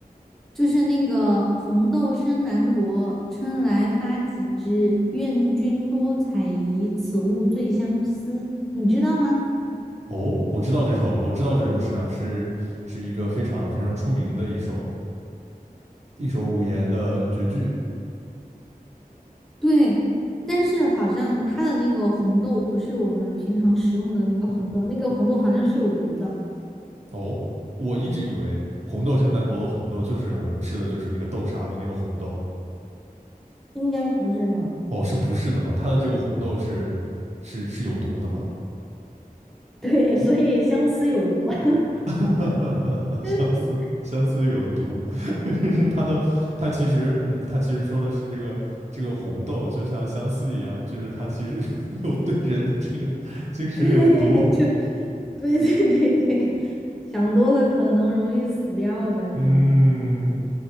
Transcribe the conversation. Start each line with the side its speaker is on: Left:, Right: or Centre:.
Centre: 就是那个“红豆生南国，春来发几枝。愿君多采撷，此物最相思。”你知道吗？
Right: 哦，我知道这首，我知道这首诗啊，是是一个非常非常出名的一首一首五言的绝句。
Centre: 对，但是好像它的那个红豆不是我们平常食用的那个红豆，那个红豆好像是有毒的，
Right: 哦，我一直以为红豆生南国的红豆就是我们吃的就是那个豆沙的那个红豆。
Centre: 应该不是的。
Right: 哦，是不是的嘛？它的这个红豆是是是有毒的嘛？
Centre: <laughs> 对，所以相思有毒啊。
Right: <laughs> 相思相思有毒，
Centre: <laughs>
Right: <laughs> 就是它的它其实嗯，它其实说的是这个这个红豆就像相思一样，就是它其实 <laughs> 有对人的这个精神有毒。
Centre: 对就 <laughs> 对对对对，想多了可能容易死掉吧，可能，
Right: 嗯，